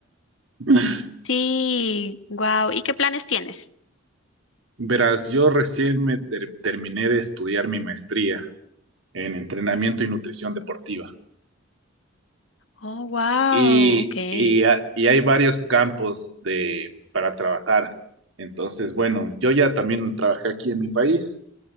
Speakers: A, on the right; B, on the left.
A: <laughs>
B: Sí, wow. ¿Y qué planes tienes?
A: Verás, yo recién me ter- terminé de estudiar mi maestría en entrenamiento y nutrición deportiva.
B: Oh, wow,
A: Y,
B: ok.
A: y, ha- y hay varios campos de, para trabajar. Entonces, bueno, yo ya también trabajé aquí en mi país